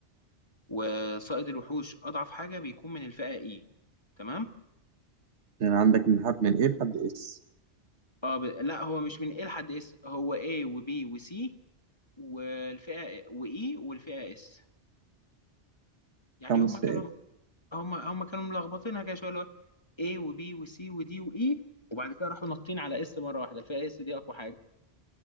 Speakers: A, on the left; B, on the right.
A: وصائد الوحوش أضعف حاجة بيكون من الفئة E تمام
B: يعني عندك من حد من إيه لحد إس
A: اه ب... لا هو مش من A لحد S هو A و B و C والفئة و E والفئة S يعني
B: خمس
A: هم كانوا
B: فئات
A: هم هم كانوا ملخبطينها كده شويه اللي هو A و B و C و D و E وبعد كده راحوا نطين على S مره واحده الفئه S دي اقوى حاجه